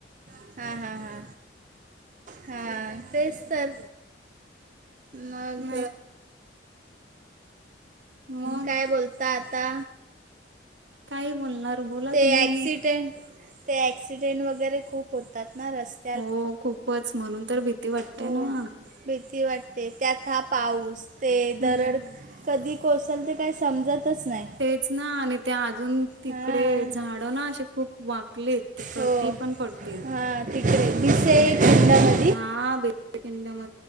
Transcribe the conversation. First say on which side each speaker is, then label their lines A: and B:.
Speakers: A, on the right (about 45°); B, on the right (about 75°).
A: हा हा हा हा तेच तर मग
B: नाही मग
A: काय बोलता आता
B: काय बोलणार बोला
A: ते
B: तुम्ही?
A: ॲक्सिडेंट ते ॲक्सिडेंट वगैरे खूप होतात ना रस्ते
B: हो खूपच म्हणून तर भीती वाटते
A: हो
B: ना.
A: भीती वाटते त्यात हा पाऊस ते
B: हम्म
A: दरड कधी कोसल ते काही समजतच नाही.
B: तेच ना आणि ते अजून तिकडे
A: हां
B: झाड ना असे खूप वाकलेत ते कतीी
A: हो
B: पण पडतील.
A: हां तिकडे दिसे एक
B: हा बेखंड म